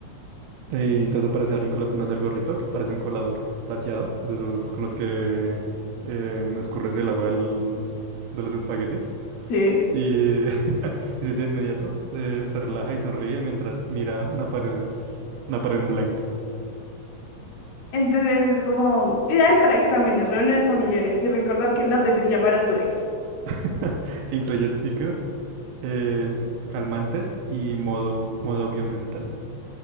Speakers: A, on the right (about 90°); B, on the left (about 55°).
A: Eh, entonces aparece alguien colocándose el gorrito que parece un colador plateado, de esos con los que eh, escurres el agua del- de los espaguetis.
B: ¿Sí?
A: Y <laughs> dice, de inmediato eh, se relaja y sonríe mientras mira una pared en paz, una pared en blanco.
B: Entonces es como ideal para exámenes, reuniones familiares y recordar que no debes llamar a tu ex.
A: <laughs> Incluye stickers, em, calmantes y modo, modo avión mental.